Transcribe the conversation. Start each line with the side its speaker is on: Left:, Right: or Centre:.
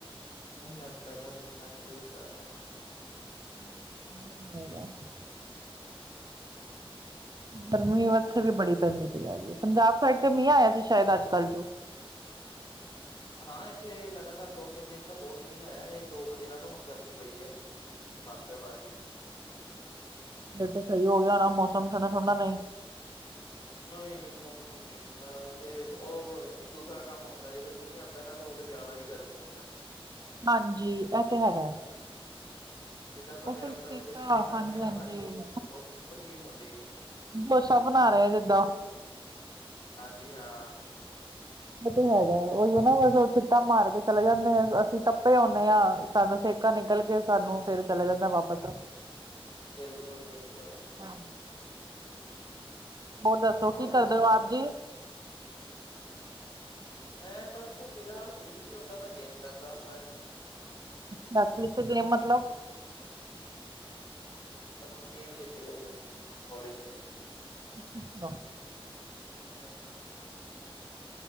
Left: ਨਈ ਅੱਜ ਪਹਿਲਾ ਦਿਨ ਆ ਅੱਜ ਤੋ ਈ ਸਟਾਰਟ ਆ।
Right: <inaudible> ਗਰਮੀ ਉੱਥੇ ਵੀ ਬੜੀ ਪੈਦੀ ਹੈਗੀ ਐ ਪੰਜਾਬ ਸਾਈਡ ਤੇ ਮੀਹ ਆਇਆ ਸੀ ਸ਼ਾਇਦ ਅੱਜ ਕੱਲ੍ਹ ਜੋ
Left: ਹਾ ਇੱਥੇ ਲਗਾਤਾਰ ਦੋ ਤਿੰਨ ਦਿਨ ਤਾ ਬਹੁਤ ਮੀਹ ਆਇਆ ਇਹ ਦੋ ਕੁ ਦਿਨਾ ਤੋ ਹੁਣ ਗਰਮੀ ਪਈ ਆ। ਬੰਦ ਐ ਬਾਰਿਸ਼
Right: ਫਿਰ ਤਾ ਸਹੀ ਹੋ ਗਿਆ ਹੋਣਾ ਮੌਸਮ ਠੰਡਾ ਠੰਡਾ ਨਈ,
Left: ਨਈ ਮੌਸਮ ਨੀ ਠੰਡਾ ਇੱਥੇ ਉਹ ਦੂਸਰਾ ਕੰਮ ਹੁੰਦਾ ਜਦੋ ਮੀਂਹ ਆਦਾ ਨਾ ਤਾ ਉਦੋ ਜ਼ਿਆਦਾ ਈ ਗਰਮੀ ਹੋ ਜਾਦੀ।
Right: ਹਾਜੀ ਇਹ ਤੇ ਹੈਗਾ ਆ।
Left: ਜਿੱਦਾਂ ਆਪਾਂ
Right: ਉਹ
Left: ਗਰਮ
Right: ਫਿਰ ਸਿੱਖ
Left: ਤਵੇ ਤੇ ਛਿੱਟੇ
Right: ਆ
Left: ਮਾਰਦੇ
Right: ਹਾਜੀ
Left: ਨਾ
Right: ਹਾਜੀ।
Left: ਪਾਣੀ ਦੇ ਉਹ ਉਹ ਚੀਜ਼ ਹੁੰਦੀ ਹੈ
Right: ਬੱਸਾ ਬਣਾ ਰਹੇ ਆ ਜਿੱਦਾ।
Left: ਹਾਜੀ ਹਾਂ।
Right: ਐ ਤਾ ਹੈਗਾ ਏ ਉਹੀ ਨਾ ਬਸ ਉਹ ਛਿੱਟਾ ਮਾਰ ਕੇ ਚਲੇ ਜਾਦੇ ਆ ਅਸੀ ਤਪੇ ਆਉਨੇ ਆ। ਸਾਨੂੰ ਸੇਕਾ ਨਿਕਲ ਕੇ ਸਾਨੂੰ ਫਿਰ ਚਲਾ ਜਾਂਦਾ ਵਾਪਿਸ
Left: ਬਿਲਕੁਲ-ਬਿਲਕੁਲ,
Right: ਹਾਂ, ਹੋਰ ਦੱਸੋ
Left: ਹੋਰ
Right: ਕੀ ਕਰਦੇ
Left: ਦੱਸੋ
Right: ਔ ਆਪ ਜੀ?
Left: ਮੈਂ ਬਸ ਫਿਲਹਾਲ ਫ੍ਰੀ ਸੀ ਓਦਾਂ ਮੈਂ ਗੇਮ ਕਰਦਾ ਹੁਨਾ ਜੀ।
Right: ਬਾਕੀ ਉਥੇ ਗੇਮ ਮਤਲਬ
Left: ਮਤਲਬ ਗੇਮ ਦੱਸੀ ਕਹਿੜੀ ਐ, ਕਾਲਜ ਚ
Right: ਅੱਛਾ-ਅੱਛਾ,
Left: ਐ